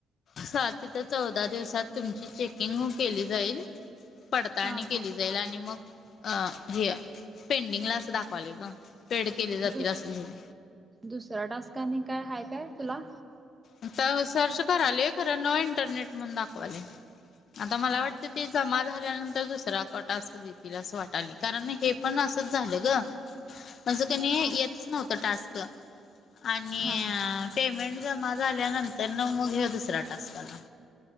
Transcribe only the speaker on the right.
हा
हा
दुस
दुसरा टास्क आणि काय हाय काय तुला.
हा
हा
हा